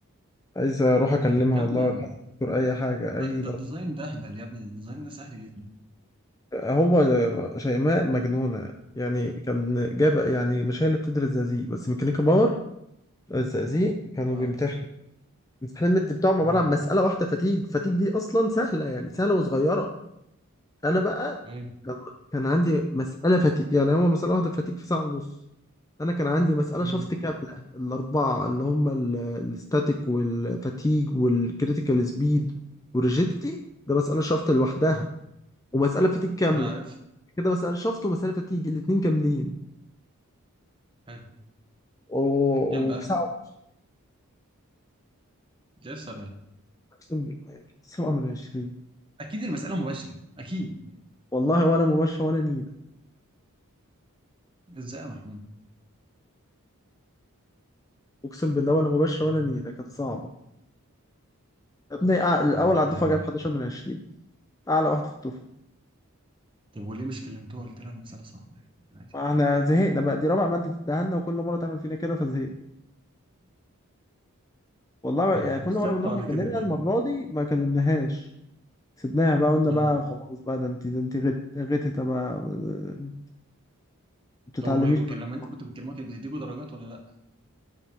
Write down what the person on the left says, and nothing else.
عايز اروح اكلمها
والله ولا الدكتور اي حاجة اي
ضرب
هو شيماء مجنونة يعني كان جاب يعني مش هي اللي بتدرس زقازيق بس ميكانيكا باور الزقازيق كانوا
بيمتحنوا الامتحان المد بتاعهم عبارة
عن مسألة واحدة فتيج فتيج دي أصلا سهلة يعني سهلة وصغيرة أنا بقى
كان كان عندي مسألة فتيج يعني هو مسألة واحدة فتيج في ساعة ونص أنا كان عندي مسألة
شفط كاملة الأربعة اللي هم ال- الاستاتيك والفتيج والكريتيكال سبيد والريجيديتي ده مسألة شفط لوحدها ومسألة فتيج كاملة
كده مسافة شفط ومسافة تيجي الاتنين كاملين
و-
وفي ساعة ونص
أقسم بالله كانت سبعة من عشرين
والله ولا مباشرة ولا نيلة
أقسم بالله ولا مباشرة ولا نيلة كانت صعبة يا ابني أع- الأول
على
الدفعة جايب 11 من 20 أعلى واحد في الدفعة
احنا زهقنا بقى دي رابع مادة تدهنا وكل مرة تعمل فينا كده فزهقنا والله
يعني كل مرة
بنروح
نكلمها
المرة دي ما كلمناهاش سيبناها بقى قلنا
بقى خلاص بقى ده انت ده انت غت- غتت بقى ما بتتعلميش
بقى.